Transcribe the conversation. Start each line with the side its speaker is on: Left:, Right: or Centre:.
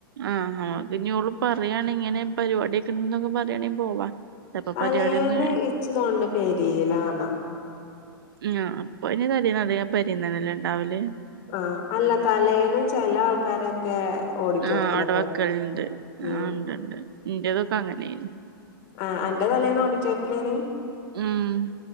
Right: ആഹ് അമ്മക്ക്ഞ് ഓള് പറയാണെ ഇങ്ങനെ പരിവാടിയൊക്കെണ്ട് ന്നൊക്കെ പറയാണെ പോവാ. ചെലപ്പോ
Left: തലേന്ന്
Right: പരിപാടിയൊന്നും
Left: ഇച്ച് തോന്ന്ണ പെരീലാന്നാ.
Right: മ് ആഹ് ഇപ്പയ്ന് തലേന്ന വെ പെരിനല്ലെലെ ണ്ടാവല്
Left: ആഹ് അല്ല തലേന്നും ചെല
Right: <unintelligible>
Left: ആൾക്കാരൊക്കെ ഓഡിറ്റോറിയത്തിലൊക്കെ
Right: ആ ഇല്ല അടവക്കൽണ്ട്
Left: ഉം
Right: ആഹ് ണ്ട്ണ്ട് ഇന്റതൊക്കെ അങ്ങനെനി
Left: ആഈ അന്റെ തലയന്നോടിട്ടോര്ത്തിലെനി
Right: മ്